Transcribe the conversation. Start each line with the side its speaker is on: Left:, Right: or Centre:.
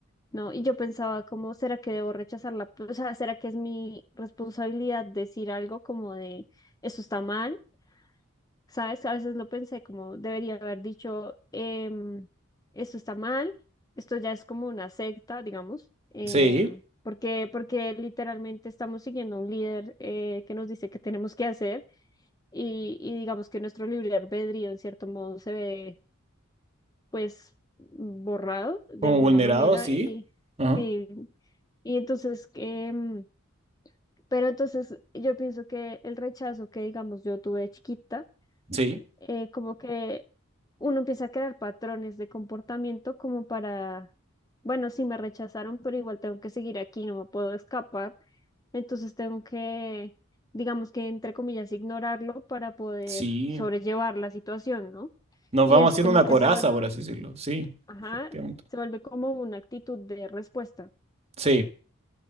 Left: ¿no? Y yo pensaba, ¿cómo será que debo rechazarla? Pues, O sea, ¿será que es mi responsabilidad decir algo como de, eso está mal? ¿Sabes? A veces lo pensé como, debería haber dicho, em, esto está mal, esto ya es como una secta, digamos, em,
Right: Sí,
Left: porque, porque literalmente estamos siguiendo a un líder eh, que nos dice que tenemos que hacer y, y digamos que nuestro libre albedrío en cierto modo se ve pues borrado de
Right: como
Left: alguna
Right: vulnerado
Left: manera
Right: sí.
Left: y
Right: Ajá.
Left: sí, y entonces que, mm, pero entonces yo pienso que el rechazo que digamos yo tuve de chiquita,
Right: Sí,
Left: eh, como que uno empieza a crear patrones de comportamiento como para, bueno, sí me rechazaron, pero igual tengo que seguir aquí, no me puedo escapar, entonces tengo que, digamos que entre comillas, ignorarlo para poder
Right: sí.
Left: sobrellevar la situación, ¿no?
Right: Nos
Left: Y
Right: vamos
Left: es
Right: haciendo
Left: como
Right: una
Left: que
Right: coraza,
Left: se vuelve
Right: por así decirlo. Sí,
Left: Ajá,
Right: efectivamente.
Left: se vuelve como una actitud de respuesta.
Right: Sí.